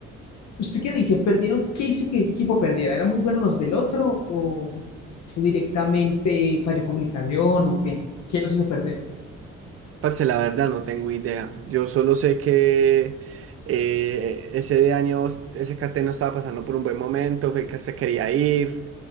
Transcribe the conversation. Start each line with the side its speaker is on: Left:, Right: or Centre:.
Left: ¿Usted qué dice? ¿Perdieron? ¿Qué hizo que ese equipo perdiera? ¿Eran muy buenos los del otro o, o directamente falló comunicación o qué? ¿Qué los hizo perder?
Right: Parce, la verdad no tengo idea. Yo solo sé que eh, ese de año SKT no estaba pasando por un buen momento, fue que se quería ir.